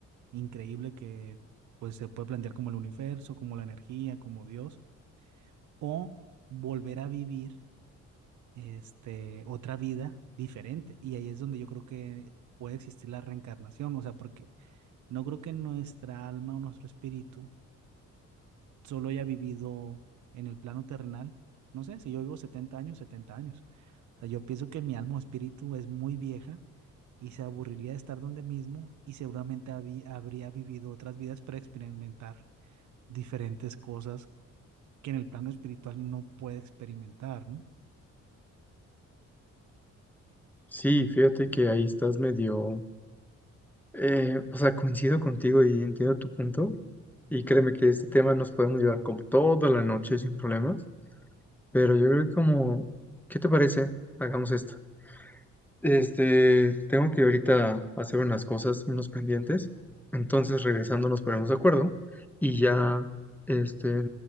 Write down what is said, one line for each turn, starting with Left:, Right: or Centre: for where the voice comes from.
Right: increíble que pues se puede plantear como el universo, como la energía, como Dios, o volver a vivir este otra vida diferente. Y ahí es donde yo creo que puede existir la reencarnación, o sea, porque No creo que nuestra alma o nuestro espíritu solo haya vivido en el plano terrenal. No sé, si yo vivo 70 años, 70 años. O sea, yo pienso que mi alma o espíritu es muy vieja y se aburriría de estar donde mismo y seguramente habí- habría vivido otras vidas para experimentar diferentes cosas que en el plano espiritual no puede experimentar, ¿no?
Centre: Sí, fíjate que ahí estás medio, eh, o sea, coincido contigo y entiendo tu punto. Y créeme que este tema nos podemos llevar como toda la noche sin problemas, pero yo creo que como, ¿qué te parece? Hagamos esto. Este, tengo que ahorita hacer unas cosas, unos pendientes. Entonces, regresando, nos ponemos de acuerdo y ya, este,